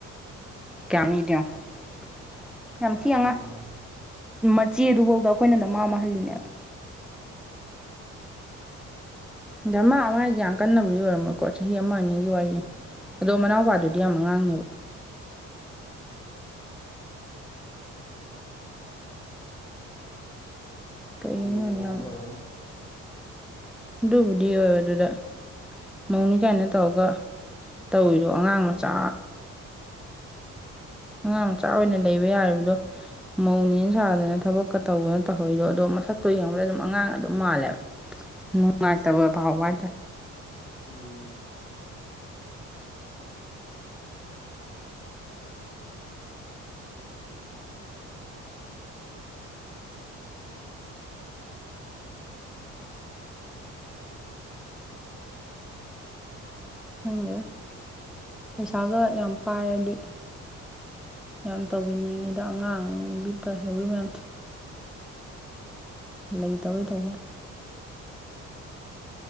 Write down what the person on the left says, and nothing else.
ꯎꯝ
ꯉꯟꯅꯥ
ꯂꯨꯍꯣꯡꯕꯩ
ꯑꯣꯏꯔꯝꯅꯤ
ꯎꯝ